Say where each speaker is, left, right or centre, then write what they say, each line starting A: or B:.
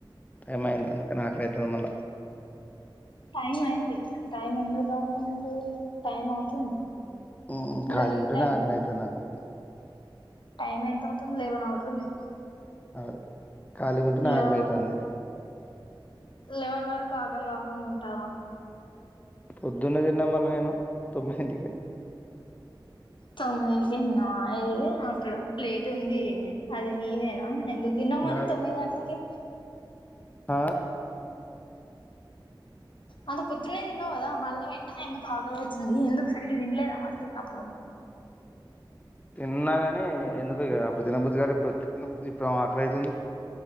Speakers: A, on the left; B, on the left.
A: టైం అయింది అందుకే ఆకలి అవుతుంది మళ్ళా
B: టైమ్ అయింది టైమ్ ఉందు గా ఉంటే టైమ్ అవుతుంది
A: మ్మ్
B: ఇంకా
A: ఖాళీగా
B: లేట్
A: ఉంటే
B: అయింది
A: ఆకలి
B: కదా
A: అయితాది నాకు
B: టైం ఎంత అవుతుంది లేవన్ అవుతుంది
A: అవ్ ఖాళీగా ఉంటానే
B: లెవెన్
A: ఆకలి అయితాంది
B: లెవెన్ వరకు ఆకలి కాకుండా ఉంటావా
A: పొద్దున్నే తిన్నా మళ్ళా నేను తొమ్మిందింటికే
B: తొమ్మిది ఇం <inaudible> టికనా ఏ అక్కడ ప్లేట్ ఉంది అది నీదేనా ఎందుకు దినల మరి
A: నాలుగు
B: తొమ్మిది గంటలకే
A: ఆ
B: అంత పొద్దునే తిన్నావు కదా మళ్ళ వెంటనే ఎందుకు ఆకలి అవుతుంది. ఎందుకు సరిగ్గా తినలేదా మరి తిన్నప్పుడు
A: తిన్నాగాని ఎందుకొ ఇగ ఇప్పుడు తినబుద్ధి కాలే ప్రతి ఇప్పుడేమో ఆకలి అవుతుంది